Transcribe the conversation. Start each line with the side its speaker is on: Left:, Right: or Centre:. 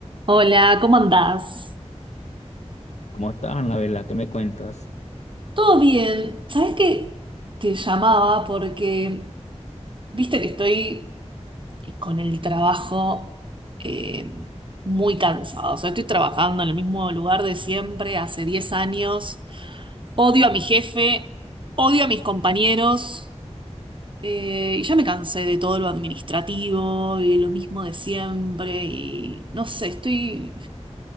Right: Hola, ¿cómo andás?
Left: ¿Cómo estás, Anabela? ¿Qué me cuentas?
Right: Todo bien. ¿Sabes que Te llamaba porque viste que estoy con el trabajo eh, muy cansado. O sea, estoy trabajando en el mismo lugar de siempre hace 10 años. Odio a mi jefe, odio a mis compañeros eh, y ya me cansé de todo lo administrativo y lo mismo de siempre. Y no sé, estoy.